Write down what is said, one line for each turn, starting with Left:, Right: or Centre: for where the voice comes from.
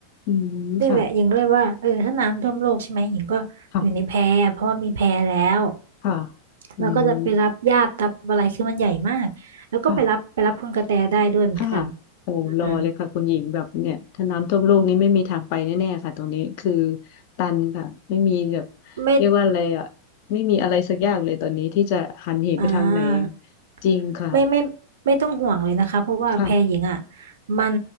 Left: อืมค่ะ
Right: นี่แหละหญิงก็เลยว่าเออถ้าน้ำท่วมโลกใช่ไหมหญิงก็อยู่ในแพเพราะว่ามีแพแล้ว
Left: ค่ะค่ะอืม
Right: เราก็จะไปรับญาติรับอะไรคือมันใหญ่มาก แล้วก็ไปรับไปรับคุณกระแตได้ด้วยเหมือนกัน
Left: ค่ะค่ะโอ้รอเลยค่ะคุณหญิงแบบเนี่ยถ้าน้ำท่วมโลกนี้ไม่มีทางไปแน่ๆค่ะตรงนี้คือ
Right: อืม
Left: ตันค่ะไม่มีแบบ
Right: ไม่
Left: เรียกว่าอะไรอ่ะไม่มีอะไรสักอย่างเลยตอนนี้ที่จะหันเหไปทางไหน
Right: อ่า
Left: จริงค่ะ
Right: ไม่ไม่ไม่ต้องห่วงเลยนะคะเพราะว่าแพหญิงอ่ะ
Left: ค่ะ
Right: มัน